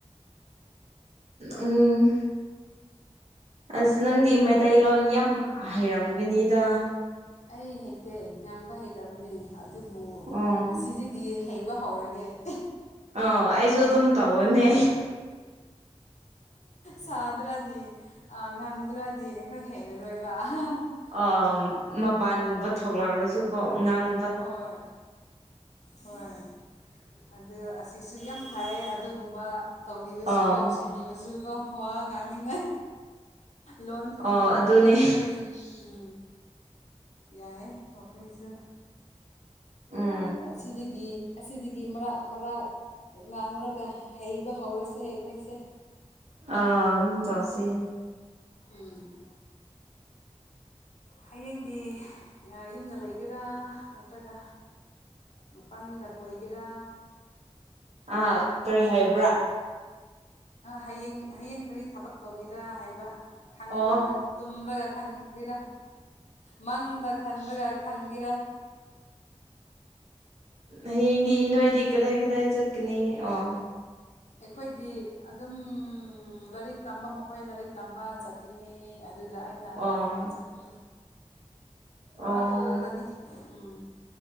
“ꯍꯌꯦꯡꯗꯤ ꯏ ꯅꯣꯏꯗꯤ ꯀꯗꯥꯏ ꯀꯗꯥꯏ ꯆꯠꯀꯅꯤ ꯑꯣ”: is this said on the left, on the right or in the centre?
Right